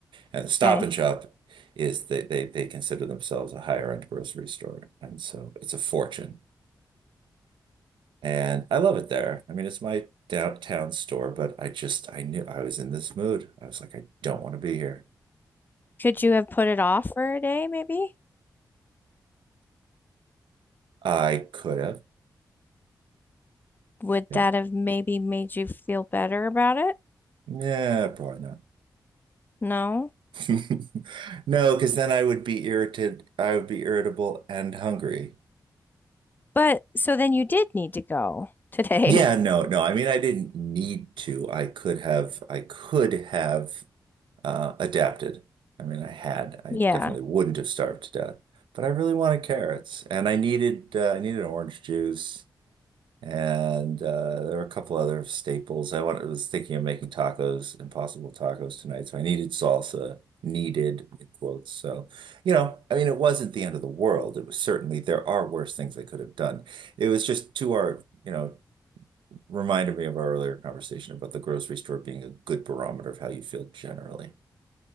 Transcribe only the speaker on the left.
Okay.
Could you have put it off for a day, maybe?
Would
that have maybe made you feel better about it?
No.
But so then you did need to go today.
<laughs>
Yeah.